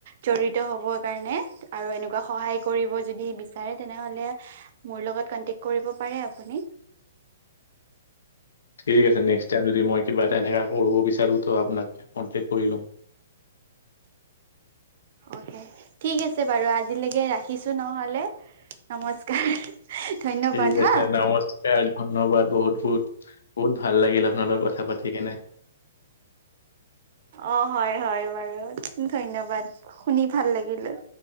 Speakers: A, on the right; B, on the left.
A: জড়িত হ'ব কাৰনে আৰু এনেকুৱা সহায় কৰিব যদি বিচাৰে তেনেহ'লে মোৰ লগত কণ্টেক কৰিব পা পাৰে আপুনি।
B: ঠিক আছে নেক্সট টাইম যদি মই কিবা এটা এনেকা কৰোব বিচাৰোঁ ত' আপোনাক কণ্টেক কৰি ল'ম।
A: অ'কে ঠিক আছে, বাৰু আজিলেকে ৰাখিছোঁ নহ'লে। নমস্কাৰ, ধন্যবাদ
B: ঠিক আছে
A: হা।
B: নমস্কাৰ ধন্যবাদ বহুত, বহুত। বহুত ভাল লাগিল আপোনাৰ লগত কথা পাতি কেনে।
A: অ' হয় হয়, বাৰু ধন্যবাদ। শুনি ভাল লাগিলে।